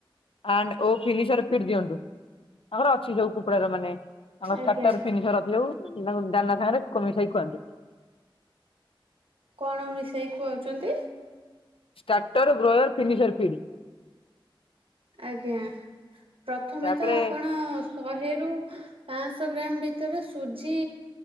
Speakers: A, on the left (about 80°); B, on the right (about 85°).
A: ଆଣ୍ଡ ଓ ଫିନିସର୍ ଫିଟ ଦିଅନ୍ତୁ। ତାଙ୍କର ଅଛି ସବୁ କୁକୁଡାର ମାନେ ତାଙ୍କର
B: ଆଜ୍ଞା
A: ଷ୍ଟାଟର ତିନିଶହରୁ ଅଧିକ ହେଉ ଦାନା ସାଙ୍ଗରେ ମିଶାଇ ଖୁଆନ୍ତି।
B: କଣ ମିଶାଇ ଖୁଆଉଛନ୍ତି?
A: Starter grower finisher feed.
B: ଆଜ୍ଞା ପ୍ରଥମେ
A: ତାପରେ
B: ତ ଆପଣ ଶହେରୁ ପାଂଶହ ଗ୍ରାମ ଭିତରେ ସୁଜି